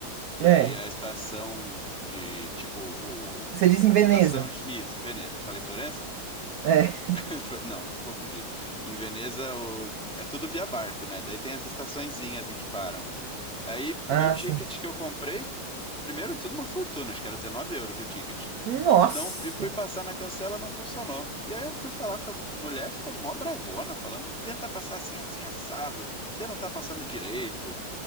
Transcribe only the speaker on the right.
É.
Você
diz
em Veneza.
É.
Ah,
sim.
Nossa,